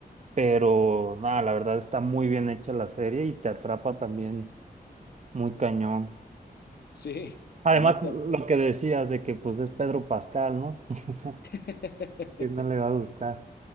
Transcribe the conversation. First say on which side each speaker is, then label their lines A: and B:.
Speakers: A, on the right; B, on the left.
A: Pero nada, la verdad está muy bien hecha la serie y te atrapa también muy cañón.
B: Sí,
A: Además,
B: a mí también.
A: lo que decías de que pues es Pedro Pascal, ¿no? <laughs> O sea,
B: <laughs>
A: ¿quién no le va a gustar?